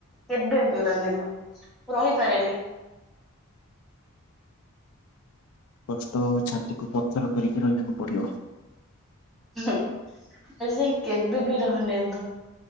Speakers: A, in the centre; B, on the left.
A: କେବେ ବି ରହନି ତ ରହିପାରେନି।
B: କଷ୍ଟ ଛାତିକୁ ପଥର କରିକି ରହିବାକୁ ପଡିବ।
A: ହୁଁ ଆଜି ଯାଏଁ କେବେ ବି ରହନେଇ ତ